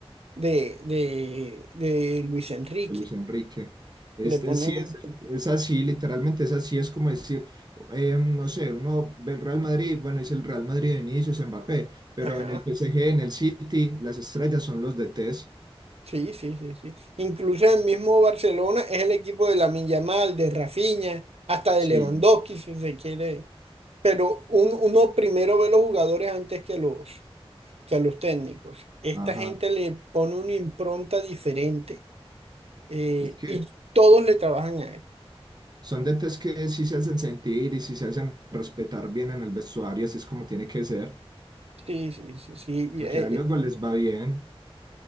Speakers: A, on the right; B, on the right.
A: de, de, de Luis Enrique.
B: de Luis Enrique. Este
A: Le ponemos.
B: sí es, es así, literalmente es así, es como decir, eh, no sé, uno ve el Real Madrid, bueno, es el Real Madrid de inicio, es Mbappé, pero
A: Ajá.
B: en el PSG, en el City, las estrellas son los DTs.
A: Sí, sí, sí, sí. Incluso el mismo Barcelona es el equipo de Lamine Yamal, de Rafinha, hasta de
B: Sí,
A: Lewandowski, si se quiere. Pero un- uno primero ve los jugadores antes que los, que los técnicos. Esta
B: Ajá.
A: gente le pone una impronta diferente eh,
B: Es que
A: y todos le trabajan a él.
B: son detalles que sí se hacen sentir y sí se hacen respetar bien en el vestuario, así es como tiene que ser,
A: Sí, sí, sí, sí. Y,
B: porque
A: eh,
B: a luego
A: eh,
B: les va bien.